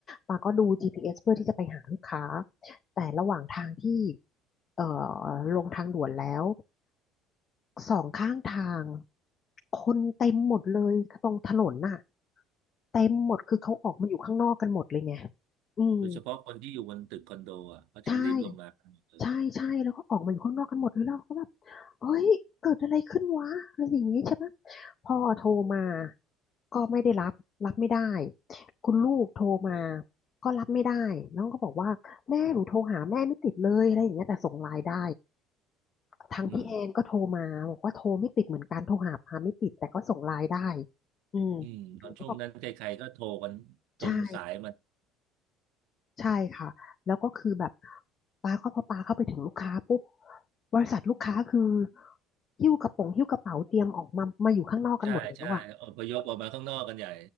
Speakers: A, on the left; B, on the right.
A: ปาก็ดู
B: อืม
A: GPS เอสเพื่อที่จะไปหาลูกค้าแต่ระหว่างทางที่เอ่อลงทางด่วนแล้วสองข้างทางคนเต็มหมดเลยตรงถนนน่ะเต็มหมดคือเขาออกมาอยู่ข้างนอกกันหมดเลยไงอืม
B: โดยเฉพาะคนที่อยู่บนตึกคอนโดอ่ะเขาจะรีบลงมากันหมดเลย
A: ใช่ ใช่ใช่แล้วก็ออกมาอยู่ข้างนอกกันหมดเลยแล้วเราก็แบบเฮ้ยเกิดอะไรขึ้นวะอะไรอย่างนี้ใช่ไหมพ่อโทรมาก็ไม่ได้รับรับไม่ได้คุณลูกโทรมาก็รับไม่ได้น้องก็บอกว่าแม่หนูโทรหาแม่ไม่ติดเลยอะไรอย่างเงี้ยแต่ส่งไลน์ได้ทางพี่แอนก็โทรมาบอกว่าโทรไม่ติดเหมือนกันโทรหาพาไม่ติดแต่ก็ส่งไลน์ได้
B: อืม
A: อืมหนูก็บอก
B: อืมตอนช่วงนั้นใครๆก็โทรกันจนสายมัน
A: ใช่ ใช่ค่ะแล้วก็คือแบบปาเข้าพอปาเข้าไปถึงลูกค้าปุ๊บบริษัทลูกค้าคือหิ้วกระโป๋องหิ้วกระเป๋าเตรียมออกมามาอยู่ข้างนอกกันหมดแล้วอะ
B: ใช่ใช่อพยพออกมาข้างนอกกันใหญ่